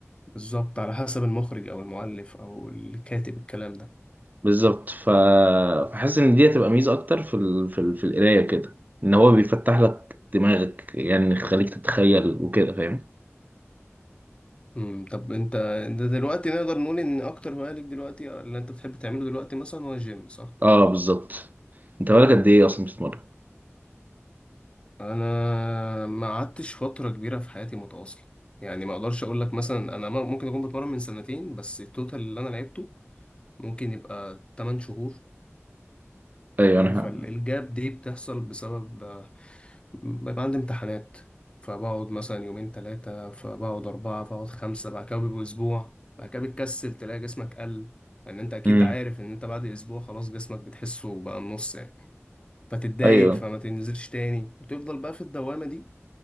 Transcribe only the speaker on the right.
بالظبط ف... فحاسس ان دي هتبقى ميزه اكتر في ال... في, ال... في القرايه كده ان هو بيفتح لك دماغك يعني يخليك تتخيل وكده فاهم
اه بالظبط انت بالك قد ايه اصلا بتتمرن
ايوه انا
امم
ايوه